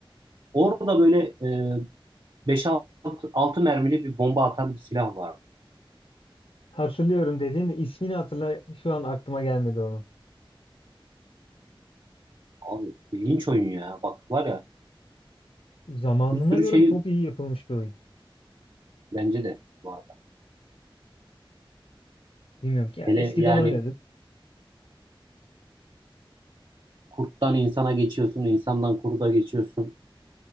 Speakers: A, on the right; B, on the left.
A: Orada böyle e, Beş altı mermili bir bomba atan bir silah var.
B: Hatırlıyorum dediğin de ismini hatırla şu an aklıma gelmedi onun.
A: Abi ilginç oyun ya. Bak var ya
B: Zamanına
A: bir sürü
B: göre
A: şey
B: çok iyi yapılmış bir oyun.
A: bence de bu arada.
B: Bilmiyorum ki ya
A: Hele
B: eskiden
A: yani
B: oynadık.
A: kurttan insana geçiyorsun, insandan kurda geçiyorsun.